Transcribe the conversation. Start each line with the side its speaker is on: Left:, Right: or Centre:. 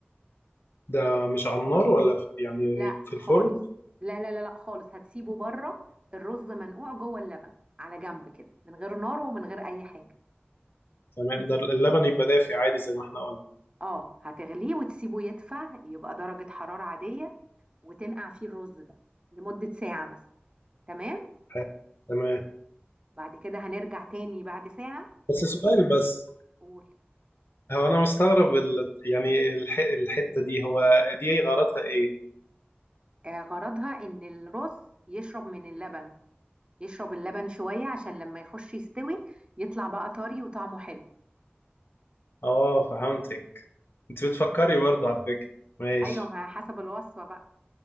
Left: ده مش على النار ولا في يعني
Right: لا
Left: في
Right: خالص
Left: الفرن
Right: لا لا لا لا خالص هتسيبه بره الرز منقوع جوه اللبن على جنب كده من غير نار ومن غير أي حاجة
Left: تمام ده اللبن يبقى دافي عادي زي ما احنا قلنا
Right: اه هتغليه وتسيبه يدفع يبقى درجة حرارة عادية وتنقع فيه الرز ده لمدة ساعة مثلا تمام
Left: حلو. تمام
Right: بعد كده هنرجع تاني بعد ساعة
Left: بس
Right: نجيب
Left: سؤال بس
Right: قول
Left: هو انا مستغرب ال... يعني الح... الحتة دي هو دي غرضها ايه
Right: آه، غرضها ان الرز يشرب من اللبن يشرب اللبن شوية عشان لما يخش يستوي يطلع بقى طري وطعمه حلو
Left: اه فهمتك انت بتفكري برضه على فكرة ماشي
Right: ايوه ما حسب الوصفة بقى